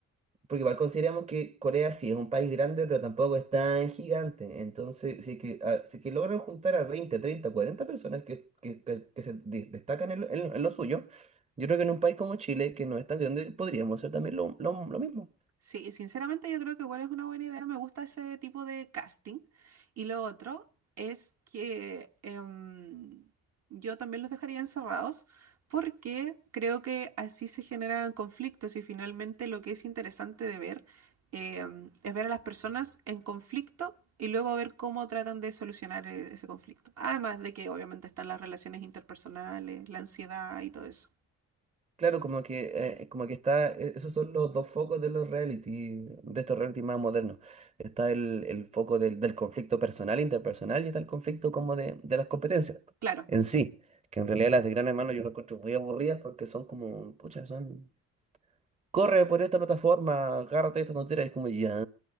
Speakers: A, on the right; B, on the right.
A: Porque igual consideramos que Corea sí es un país grande, pero tampoco es tan gigante. Entonces, si es que, ah, si es que logran juntar a 20 30 40 personas que, que- que- que se de- destacan en lo, en lo- en lo suyo, yo creo que en un país como Chile, que no es tan grande, podríamos hacer también lo, lo- lo mismo.
B: Sí, sinceramente yo creo que igual es una buena idea, me gusta ese tipo de casting. Y lo otro es que em, yo también los dejaría encerrados porque creo que así se generan conflictos y finalmente lo que es interesante de ver em, es ver a las personas en conflicto y luego ver cómo tratan de solucionar eh, ese conflicto. Además de que obviamente están las relaciones interpersonales, la ansiedad y todo eso.
A: Claro, como que, eh, como que está, e- esos son los dos focos de los reality, de estos reality más modernos. Está el, el foco del, del conflicto personal, interpersonal, y está el conflicto como de, de las competencias
B: Claro.
A: en sí. Que en realidad las de Gran Hermano yo las encuentro muy aburridas porque son como, pucha, son, corre por esta plataforma, agárrate esta tontera, y es como, ya,